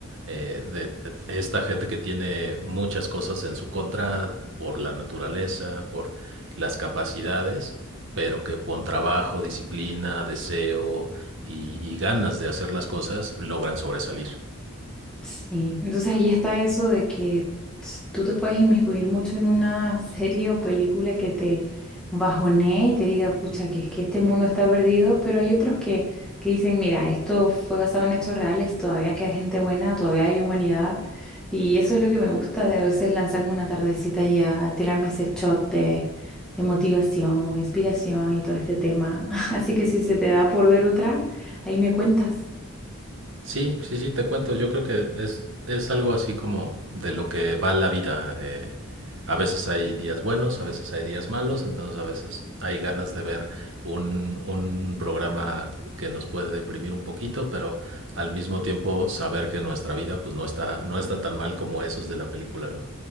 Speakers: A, on the right (about 60°); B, in the centre.
A: eh, de, de esta gente que tiene muchas cosas en su contra por la naturaleza, por las capacidades, pero que con trabajo, disciplina, deseo y, y ganas de hacer las cosas logran sobresalir.
B: Sí, entonces ahí está eso de que ts- tú te puedes inmiscuir mucho en una serie o película que te bajonee y te diga, pucha, que es que este mundo está perdido, pero hay otros que, que dicen, mira, esto fue basado en hechos reales, todavía queda gente buena, todavía hay humanidad, y eso es lo que me gusta de a veces lanzarme una tardecita y a tirarme ese shot de, de motivación o inspiración y todo este tema. <laughs> Así que si se te da por ver otra, ahí me cuentas.
A: Sí, sí, sí, te cuento. Yo creo que es, es algo así como de lo que va la vida. eh, a veces hay días buenos, a veces hay días malos, entonces a veces hay ganas de ver un, un programa que nos puede deprimir un poquito, pero al mismo tiempo saber que nuestra vida pues no está, no está tan mal como esos de la película, ¿no?